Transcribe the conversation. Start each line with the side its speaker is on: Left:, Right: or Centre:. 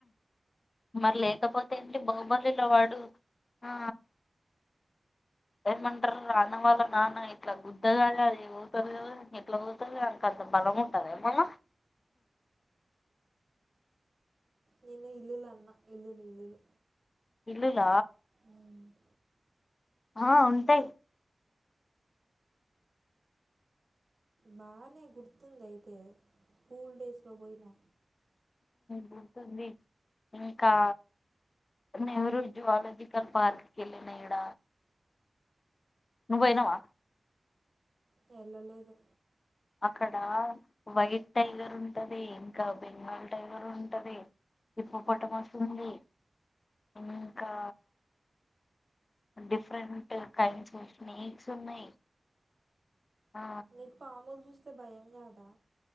Left: మరి లేకపోతే ఏంటి బాహుబలిలో వాడు ఆ ఏమంటారు రాన్న వాళ్ళ నాన్న ఇట్లా గుద్దగాదు అది అవుతుంది ఇట్లా అవుతుంది అక అంత బలం ఉంటంది ఏమనా
Right: నేను ఇల్లులు అన్నా ఇల్లులు ఇల్లులు
Left: ఇల్లుల
Right: మ్మ్.
Left: ఆ ఉంటాయి
Right: బాగానే గుర్తుంది అయితే స్కూల్ డేస్ లో పోయినా
Left: గుంటుంది ఇంకా నెహ్రూ జువాలజికల్ పార్క్కి వెళ్ళినా ఇడ నువ్వు పోయినవా
Right: వెళ్ళలేదు
Left: అక్కడ వైట్ టైగర్ ఉంటది ఇంకా బెంగాల్ టైగర్ ఉంటది చిప్ప పొటం వస్తుంది ఇంకా డిఫరెంట్ కైండ్స్ ఆఫ్ స్నేక్స్ ఉన్నాయి ఆ
Right: నీకు పామోలు ద అస్త భయం కదా